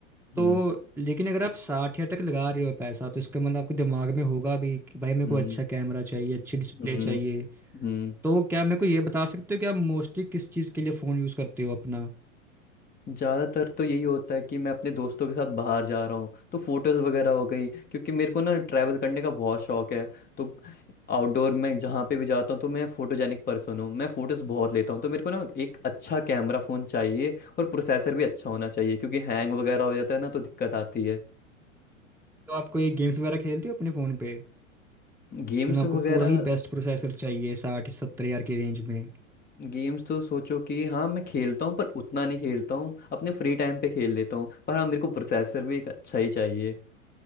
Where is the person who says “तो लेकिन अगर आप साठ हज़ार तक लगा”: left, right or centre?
Centre